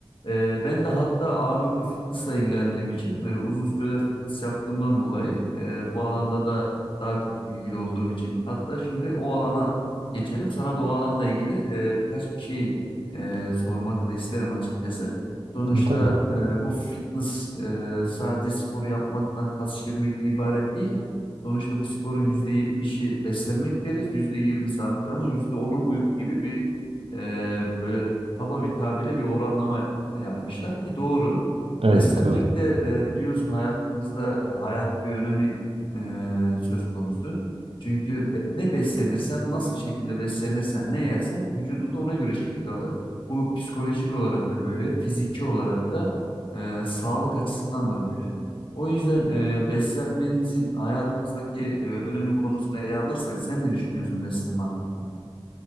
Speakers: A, on the left (about 65°); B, on the right (about 85°).
A: Ee, ben de hatta ağırlıklı fitnessla ilgilendiğim için ve uzun süreler fitness yaptığımdan dolayı e, bu alanda da daha çok bilgili olduğum için hatta şimdi o alana geçelim. Sana da o alanla ilgili e, birkaç bir şey e, sormak da isterim açıkçası. Sonuçta
B: Tabii tabii.
A: e, bu fitness e, sadece spor yapmaktan, kas şişirmekten ibaret değil. Sonuçta bu sporun %70'i beslenmek deriz, %20'si antrenman, yüzde onu uyku gibi bir e, böyle kaba bir tabirle bir oranlama e, yapmışlar ki doğru.
B: Evet
A: Beslenmekte
B: doğru.
A: e, biliyorsun hayatımızda e, hayati bir önemi e, söz konusu. Çünkü be- ne beslenirsen, nasıl şekilde beslenirsen, ne yersen vücudunda ona göre şekil alır. Bu psikolojik olarak da böyle, fiziki olarak da e, sağlık açısından da böyle. O yüzden e, beslenmemizin hayatımızdaki e, önemi konusunu ele alırsak sen ne düşünüyorsun beslenme hakkında?